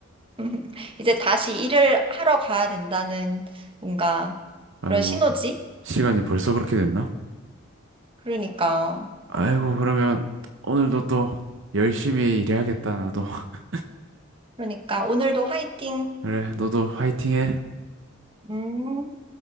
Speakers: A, on the right (about 25°); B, on the right (about 65°).
A: <laughs> 이제 다시 일을 하러 가야 된다는 뭔가
B: 아이고,
A: 그런 신호지?
B: 시간이 벌써 그렇게 됐나?
A: 그러니까.
B: 아이고, 그러면 오늘도 또 열심히 일해야겠다, 나도. <laughs>
A: 그러니까 오늘도 화이팅.
B: 그래, 너도 화이팅해.
A: 음.